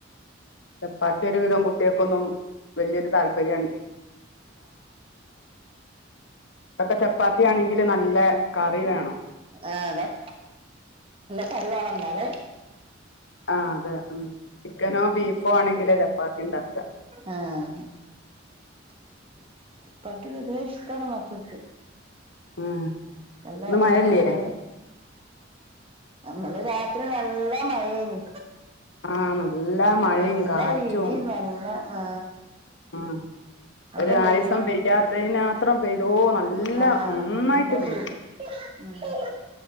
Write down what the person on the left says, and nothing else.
ചപ്പാത്തിയൊന്നുംഒരു വിധം കുട്ടികക്കൊന്നും വലിയ ഒരു താല്പര്യ <unintelligible> ഇതൊക്കെ ചപ്പാത്തിയാണെങ്കിൽ നല്ല കറി വേണം.
ആഹ് അതെ ഉം ചിക്കനോ ബീഫോ ആണെങ്കില് ചപ്പാത്തി ഉണ്ടാക്കുക.
ഉം.
ഇന്ന് മഴയില്ലേ
ആഹ് നല്ല മഴയും
കാറ്റും
ഉം.
ഒരു
ആയസം പെയ്യാത്തതിനന്ത്രം പെയ്തുനല്ല
നന്നായിട്ട്
പെയ്തു.